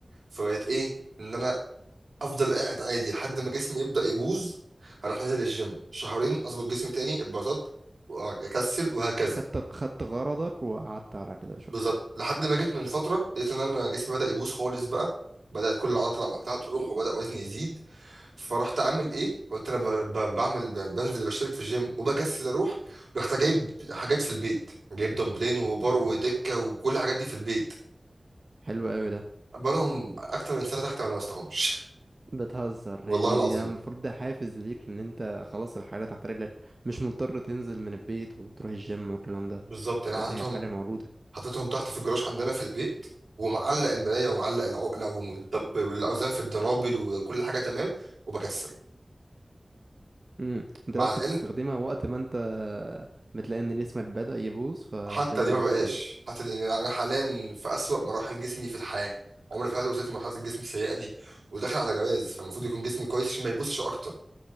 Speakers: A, on the right; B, on the right.
A: فبقيت ايه ان انا افضل قاعد عادي لحد ما جسمي يبدا يبوظ اروح نازل الجيم شهرين اظبط جسمي تاني اتبسطت واكسل وهكذا
B: خدت خدت غرضك وقعدت على كده شكرا
A: بالظبط لحد ما جيت من فتره لقيت ان انا جسمي بدا يبوظ خالص بقى بدات كل العضلات اللي عملتها تروح وبدا وزني يزيد فرحت عامل ايه قلت انا ب- ب- بعمل ب- بنزل بشترك في الجيم وبكسل اروح رحت جايب حاجات في البيت جايب دمبلين وبار ودكه وكل الحاجات دي في البيت
B: حلو قوي ده
A: بقالهم اكتر من سنه تحت ما لمستهمش
B: بتهزر
A: <laughs> والله
B: يعني
A: العظيم
B: دي ده المفروض ده حافز ليك ان انت خلاص الحاجة تحت رجلك مش مضطر تنزل من البيت وتروح الجيم والكلام ده
A: بالظبط يعني
B: لا
A: حطيتهم
B: هي الحاجة موجودة
A: حطيتهم تحت في الجراج عندنا في البيت ومعلق المرايه ومعلق العقله والدمب والاوزان في الدنابل وكل حاجه تمام وبكسل
B: امم انت
A: مع
B: بس
A: العلم
B: بتستخدمها وقت ما انت بتلاقي ان جسمك بدأ يبوظ فبتنزل
A: حتى دي ما بقاش
B: تستخدمها
A: حتى دي يعني انا حاليا في اسوأ مراحل جسمي في الحياه عمري في حياتي ما وصلت لمرحله الجسم السيئه دي وداخل على جواز فانا المفروض يكون جسمي كويس عشان ما يبصش اكتر